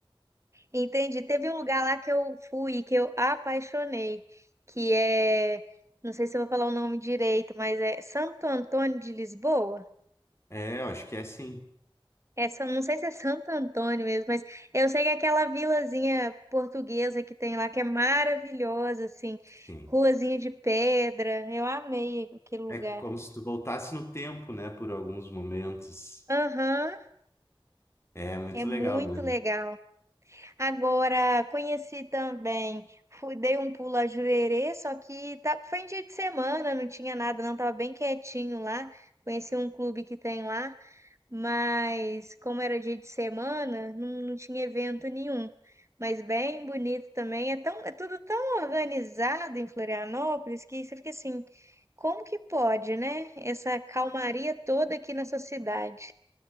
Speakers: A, on the right; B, on the left.
A: Entendi. Teve um lugar lá que eu fui, que eu apaixonei, que é, não sei se eu vou falar o nome direito, mas é Santo Antônio de Lisboa.
B: É, eu acho que é assim.
A: É, só- não sei se é Santo Antônio mesmo, mas eu sei que é aquela vilazinha portuguesa que tem lá, que é maravilhosa, assim,
B: Sim.
A: ruazinha de pedra. Eu amei aquele lugar.
B: É como se tu voltasse no tempo, né? Por alguns momentos.
A: Aham,
B: É muito
A: é muito
B: legal mesmo.
A: legal. Agora, conheci também, fui, dei um pulo a Jurerê, só que tá, foi em dia de semana, não tinha nada, não, tava bem quietinho lá. Conheci um clube que tem lá. mas como era dia de semana, não, não tinha evento nenhum. Mas bem bonito também. É tão, é tudo tão organizado em Florianópolis que você fica assim, como que pode, né? Essa calmaria toda aqui nessa cidade.